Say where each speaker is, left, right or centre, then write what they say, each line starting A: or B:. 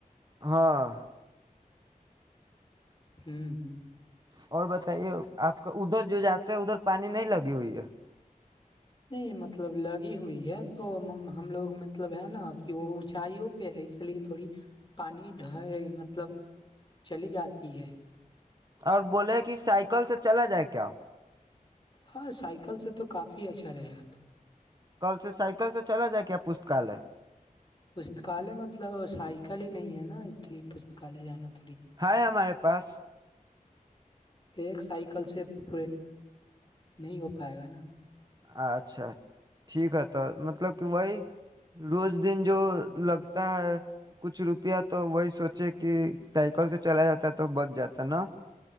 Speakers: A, on the right (about 30°); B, on the left (about 35°).
A: ہاں
B: ہوں ہوں <unintelligible>
A: اور بتائیے آپ کا ادھر جو جاتے ہیں ادھر <unintelligible> پانی نہیں لگی ہوئی ہے <unintelligible>
B: نہیں مطلب لگی ہوئی ہے تو ہم لوگ مطلب ہے نا کہ وہ اونچائیوں پہ ہے اس لیے تھوڑی پانی ڈھ مطلب چلی جاتی ہے
A: اور بولے کہ سائیکل سے چلا جائے کیا
B: ہاں سائیکل سے تو کافی اچھا رہے گا تو
A: کل سے سائیکل سے چلا جائے کیا پستکالیہ
B: پستکالیہ مطلب سائیکل ہی نہیں ہے نا <unintelligible> اس لیے پستکالیہ جانا کو
A: ہاں م <unintelligible> پس <unintelligible>
B: تو ایک سائیکل سے پ نہیں ہو پائے گا نا
A: اچھا ٹھیک ہے تو مطلب کہ وہی روز دن جو لگتا ہے کچھ روپیہ تو وہی سوچے کہ سائیکل سے چلا جاتا ہے تو بچ جاتا نا <unintelligible>